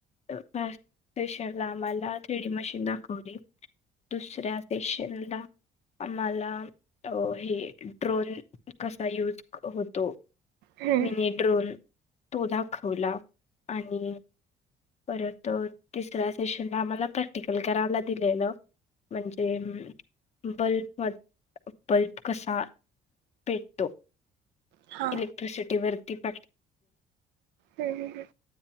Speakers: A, on the left (about 40°); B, on the right (about 80°).
A: फर्स्ट सेशन ला आम्हाला थ्रीडी मशीन दाखवली. दुसऱ्या सेशनला आम्हाला अ हे ड्रोन कसा यूज होतो?
B: हम्म
A: मिनी ड्रोन तो दाखवला आणि परत तिसऱ्या सेशनला आम्हाला प्रॅक्टिकल करायला दिलेलं म्हणजे बल्ब म बल्ब कसा पेटतो
B: हा
A: इलेक्ट्रिसिटीवरती प्रॅ
B: हम् हम् हम्